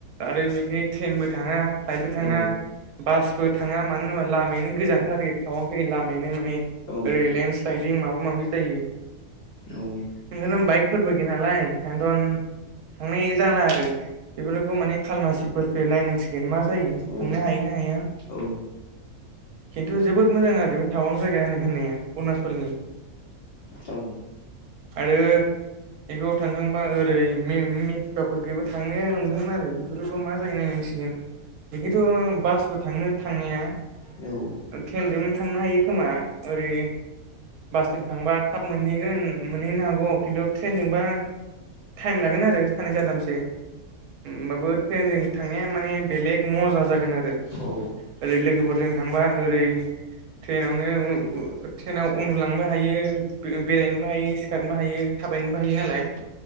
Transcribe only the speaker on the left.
औ
औ
औ।
औ
औ।
<inaudible> औ।
औ।
औ।